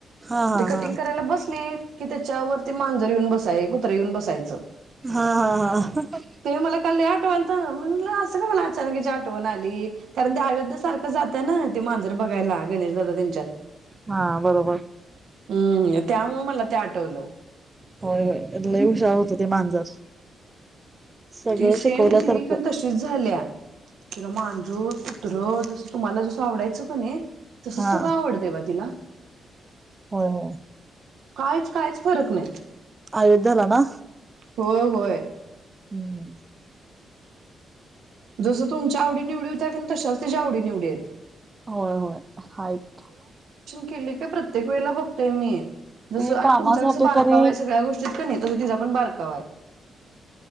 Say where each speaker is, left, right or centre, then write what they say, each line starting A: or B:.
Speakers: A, on the right (about 20°); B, on the right (about 75°).
A: हा हा
B: ते कटिंग
A: हा
B: करायला बसलेत की त्याच्यावरती मांजर येऊन बसाय. कुत्र येऊन बसायचं.
A: हा हा हा
B: ते मला काल लय आठवाईलत हो. <unintelligible> तरी मला अचानक याची आठवण आली कारण ते अयोध्या सारखं जात ना ती मांजर बघायला. <unintelligible> काही नाही झालं त्यांच्यात
A: हा बरोबर.
B: हम्म त्यामुल. ते आठवलं.
A: होय, होय लई हुशार होतं ते मांजर. सगळं
B: ती सेम
A: शिकवल्यासारखं
B: ती पण तशीच झाल्या मांजूर कुत्र जसं तुम्हाला जसं आवडायचं कीने तसं
A: हा
B: सग कां आवडते बा तिला
A: हो
B: काहीच कायच फरक नाही
A: अयोध्येला का
B: हो होय
A: हम्म
B: जसं तुमच्या आवडी निवड होत्या का तशाच तिच्या आवडी निवडीत
A: होय होय हायत
B: केली काय प्रत्येक वेळेला बघतोय मी जसं
A: ती
B: आणि
A: कामासाठी
B: तुमचा कसं बारकाव
A: तरी
B: आहे सगळ्या गोष्टीत क नाही तसं तिचा पण बारकाव आहे